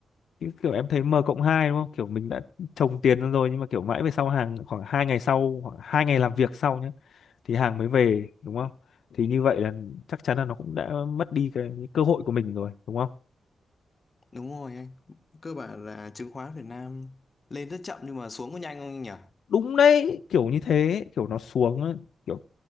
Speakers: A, on the left; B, on the left.
A: Chứ kiểu em thấy M cộng 2 đúng không? Kiểu mình đã trồng tiền ra rồi nhưng mà kiểu mãi về sau hàng khoảng 2 ngày sau, khoảng 2 ngày làm việc sau nhé thì hàng mới về đúng không? Thì như vậy là chắc chắn là nó cũng đã mất đi cái, cái cơ hội của mình rồi đúng không?
B: Đúng rồi anh. Cơ bản là chứng khoán Việt Nam lên rất chậm nhưng mà xuống có nhanh không anh nhỉ?
A: Đúng đấy, kiểu như thế, kiểu nó xuống á, kiểu